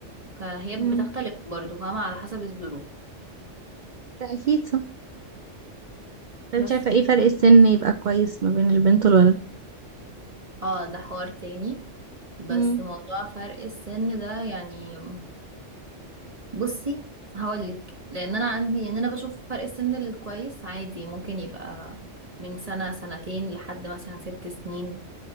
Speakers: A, on the right (about 30°); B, on the right (about 50°).
A: فهي بتختلف
B: امم
A: برضه فاهمة على حسب الظروف
B: ده اكيد صح طب
A: بس
B: شايفة ايه فرق السن يبقى كويس ما بين البنت والولد
A: اه ده حوار تاني بس
B: امم
A: موضوع فرق السن ده يعني بصي هقولك لان انا عندي يعني انا بشوف فرق السن الكويس عادي ممكن يبقى من سنة سنتين لحد مثلا ست سنين